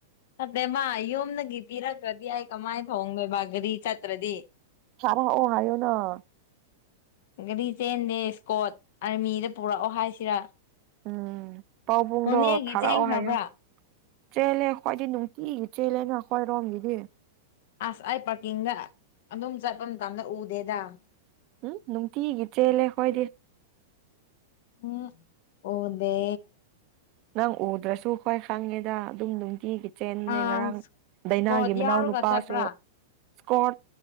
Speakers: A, on the left (about 60°); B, on the right (about 45°).
A: ꯆꯠꯇꯦ ꯃꯥ ꯌꯣꯝꯗꯒꯤ ꯄꯤꯔꯛꯇ꯭ꯔꯗꯤ ꯑꯩ ꯀꯃꯥꯏꯅ ꯊꯣꯡꯣꯡꯗꯣꯏ ꯕꯥꯒꯗꯤ ꯆꯠꯇ꯭ꯔꯗꯤ
B: ꯁꯔꯥ ꯑꯣ ꯍꯥꯏꯌꯣꯅ
A: ꯗꯤ ꯇꯦꯟ ꯗꯦꯁ ꯀꯣꯠ ꯑꯥꯔꯃꯤꯗ ꯄꯨꯔꯛꯑꯣ ꯍꯥꯏꯁꯤꯔꯥ
B: ꯎꯝ ꯄꯥꯎ ꯄꯨꯡꯗꯣ
A: ꯅꯣꯅꯦꯒꯤ
B: ꯊꯥꯔꯛꯑꯣ
A: ꯆꯦꯟꯈ꯭ꯔꯕ꯭ꯔꯥ
B: ꯍꯥꯏꯌꯣ ꯆꯦꯜꯂꯦ ꯑꯩꯣꯏꯗꯤ ꯅꯨꯡꯇꯤꯒꯤ ꯆꯦꯜꯂꯦꯅ ꯈꯣꯏꯔꯣꯝꯒꯤꯗꯤ
A: ꯑꯁ ꯑꯩ ꯄꯥꯔꯀꯤꯡꯗ ꯑꯗꯨꯝ ꯆꯠꯄ ꯃꯇꯝꯗ ꯎꯗꯦꯗ
B: ꯎꯝ ꯅꯨꯡꯇꯤ ꯏꯗ꯭ꯔꯦꯂꯦ ꯍꯣꯏꯗꯤꯦ
A: ꯎꯝ ꯑꯣꯗꯦ
B: ꯅꯪ ꯎꯗ꯭ꯔꯁꯨ ꯍꯣꯏ ꯈꯪꯉꯦꯗ ꯑꯗꯨꯝ ꯅꯨꯡꯇꯤꯒꯤ ꯆꯦꯟꯕꯅꯦ
A: ꯑꯥ
B: ꯉꯔꯥꯡ ꯗꯥꯏꯅꯥꯒꯤ
A: ꯏꯁꯀꯣꯠ
B: ꯃꯅꯥꯎ
A: ꯌꯥꯎꯔꯒ
B: ꯅꯨꯄꯥꯁꯨ
A: ꯆꯠꯄ꯭ꯔꯥ
B: ꯏꯁꯀꯣꯔꯠ